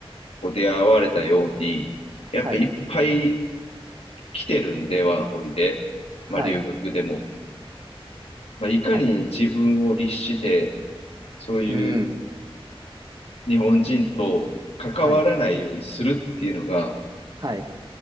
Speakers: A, on the left (about 85°); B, on the right (about 45°).
A: こう出会われたように、
B: はい。
A: やっぱいっぱい来てるんで、ワーホリで。
B: はい。
A: まあ、留学でも。まあ、いかに自分を律して、
B: はい。
A: そういう
B: うん。
A: 日本人と関わらないようにするっていうのが、
B: はい。はい。